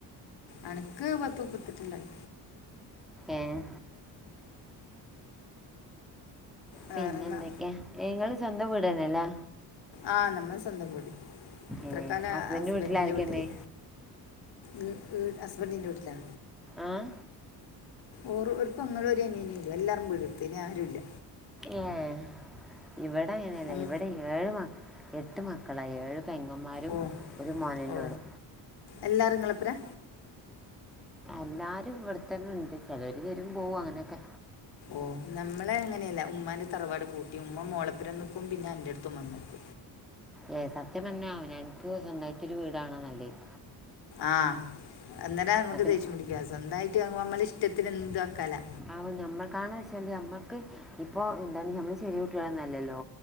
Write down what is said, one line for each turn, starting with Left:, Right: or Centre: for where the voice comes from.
Left: അണക്ക് പത്ത് മുപ്പത്തെട്ടെല്ലായ്
Centre: ഏഹ്
Left: വേറെന്നാ
Centre: പിന്നെ എന്തൊക്കെ നിങ്ങള് സ്വന്തം വീടന്നല്ലേ
Left: ആഹ് നമ്മള് സ്വന്തം വീട് ഇത്ര
Centre: ഏ
Left: ക്കാല
Centre: ഹസ്ബൻഡ്
Left: ഹസ്ബന്റിന്റെ
Centre: വീട്ടിലായിരിക്കണ്ടേ
Left: വീട്ടില് ഗ് ഗ് ഹസ്ബന്റിൻ്റെ വീട്ടിലാ
Centre: ആഹ്
Left: ഓറു ഒരു പെങ്ങളും ഒരു അനിയനെ ഉള്ളു എല്ലാരും വീടെടുത്ത് ഇനി ആരും ഇല്ല
Centre: ഏഹ് ഇവിടെ അങ്ങെനെല്ല
Left: ഉം
Centre: ഇവിടെ ഏഴ് മക് എട്ട് മക്കളാ ഏഴു പെങ്ങമാരും
Left: ഓ
Centre: ഒരു മോനന്നേ
Left: ഓ
Centre: ഒള്ളു
Left: എല്ലാരും ഇങ്ങളെപ്പരാ
Centre: എല്ലാരും ഇവിടത്തന്നെണ്ട് ചെലര് വരും പോവും അങ്ങനെക്കെ
Left: ഓഹ് നമ്മളെ അങ്ങനെയല്ല ഉമ്മാന്റെ തറവാട് പൂട്ടി ഉമ്മ മോളപ്പുരം നിക്കും പിന്ന അന്റ അടുത്തും വന്ന്ക്കും
Centre: ഏഹ് സത്യം പറഞ്ഞ അവനാൻക്ക് സ്വന്തായിട്ടൊരു വീടാണ് നല്ലത്
Left: ആഹ് അന്നേരം നമുക്ക്
Centre: അപ്പം
Left: ദേഷ്യം പിടിക്ക സ്വന്തായിട്ട് ആകുമ്പോ നമ്മള ഇഷ്ടത്തിന് എന്തുവാക്കാലോ
Centre: ആവോ ഞമ്മൾക്കാണ് വെച്ചാല് ഞമ്മക്ക് ഇപ്പൊ എന്താണ് നമ്മള് ചെറിയ കുട്ടികളൊന്നല്ലല്ലോ